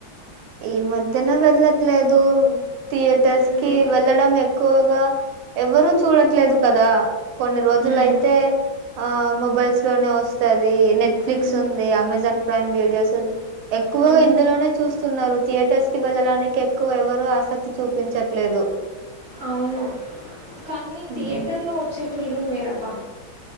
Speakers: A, on the right; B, on the right.
A: ఈ మధ్యన వెళ్లట్లేదు థియేటర్స్
B: మ్మ్.
A: కి వెళ్ళడం ఎ ఎక్కువగా ఎవ్వరుూ చూడట్లేదు కదా కొన్ని రోజులు
B: మ్మ్.
A: అయితే ఆ మొబైల్స్ లోనే వస్తద్ ఈ నెట్ఫ్లిక్స్
B: మ్మ్.
A: ఉంది అమెజాన్ ప్రైమ్ వేడి అసంది ఎక్కువగా
B: మ్మ్.
A: ఇందులోనే చూస్ తరు థియేటర్స్ కి వెళ్ళడానికి ఎక్కువ ఎవరుూ ఆసక్తి చూపించట్లేదు
B: అవును కానీ
A: హ్మ్.
B: థియేటర్లో వచ్చే ఫీలింగ్ వేరబ్బా